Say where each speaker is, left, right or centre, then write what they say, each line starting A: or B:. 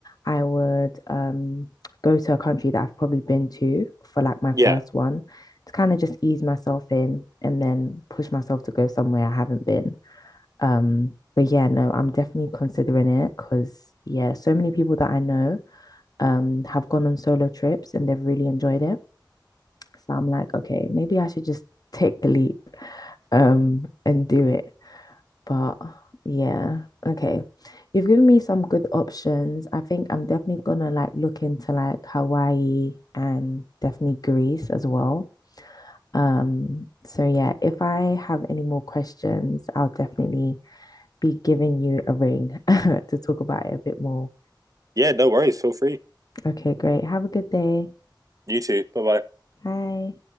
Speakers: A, on the left; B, on the right.
A: I would um go to a country that I've probably been to for like my
B: yeah,
A: first one to kind of just ease myself in and then push myself to go somewhere I haven't been. Um, but yeah, no, I'm definitely considering it because yeah, so many people that I know um have gone on solo trips and they've really enjoyed it. So I'm like, okay, maybe I should just take the leap um and do it. But yeah, okay. You've given me some good options. I think I'm definitely gonna like look into like Hawaii and definitely Greece as well. Um, so yeah, if I have any more questions, I'll definitely be giving you a ring <laughs> to talk about it a bit more.
B: yeah. No worries. Feel free.
A: Okay, great. Have a good day.
B: You too. Bye bye.
A: Bye.